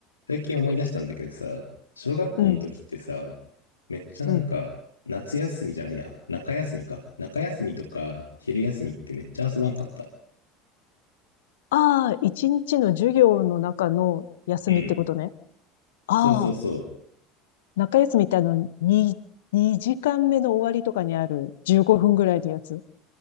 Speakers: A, on the left; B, on the left.
A: 最近思い出したんだけどさ、小学校の時ってさ、
B: うん、
A: めっちゃなんか、
B: うん。
A: 夏休みじゃないや、中休みか。中休みとか、昼休みってめっちゃ遊ばんかった。
B: ああ、一日の授業の中の休みってことね。
A: うん。
B: ああ、
A: そうそうそう。
B: 中休みってあの、に2時間目の終わりとかにある15分ぐらいのやつ。